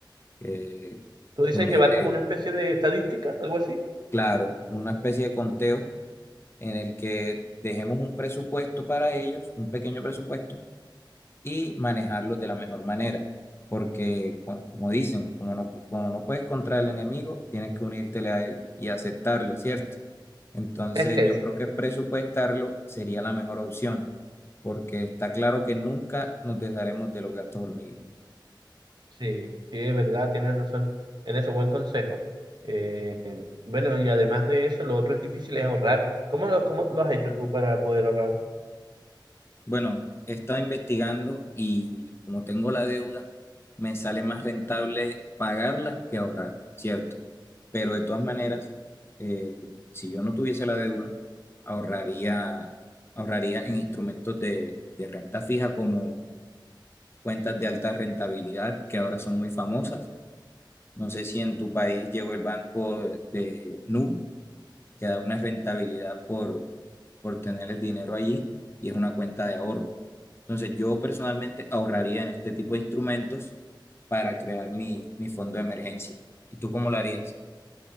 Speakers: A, on the left (about 30°); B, on the right (about 60°).
A: Eh,
B: ¿Tú dices
A: numera-
B: llevar como
A: eh,
B: una especie de estadística, algo así?
A: claro, una especie de conteo en el que dejemos un presupuesto para ellos, un pequeño presupuesto, y manejarlos de la mejor manera. Porque, co- como dicen, como no, pu- como no puedes contra el enemigo, tienes que unírtele a él y aceptarlo, ¿cierto? Entonces,
B: <laughs>
A: yo
B: Es,
A: creo que presupuestarlo sería la mejor opción, porque está claro que nunca nos desharemos de los gastos hormiga.
B: sí, sí, es verdad, tienes razón en eso, buen consejo. Eh, bueno, y además de eso, lo otro es difícil es ahorrar. ¿Cómo lo, cómo lo has hecho tú para poder ahorrar?
A: Bueno, he estado investigando y como tengo la deuda, me sale más rentable pagarla que ahorrar, ¿cierto? Pero de todas maneras, eh, si yo no tuviese la deuda, ahorraría, ahorraría en instrumentos de, de renta fija como cuentas de alta rentabilidad, que ahora son muy famosas. No sé si en tu país llegó el banco de, de Nu, que da una rentabilidad por, por tener el dinero allí y es una cuenta de ahorro. Entonces yo personalmente ahorraría en este tipo de instrumentos para crear mi, mi fondo de emergencia. ¿Y tú cómo lo harías?